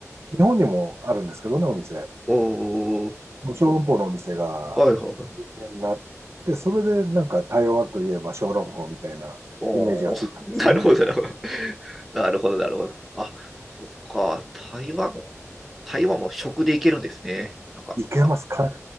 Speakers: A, on the right (about 55°); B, in the centre.
A: 日本にもあるんですけどね、お店。
B: おお、
A: もう小籠包のお店が有名になって、
B: はいはいはい。
A: それでなんか台湾といえば小籠包みたいなイメージがついたんですよね。
B: おお、なるほど、なるほど。なるほど、なるほど。あ、そっか、台湾も、台湾も食でいけるんですね。なんか、
A: いけますか
B: あ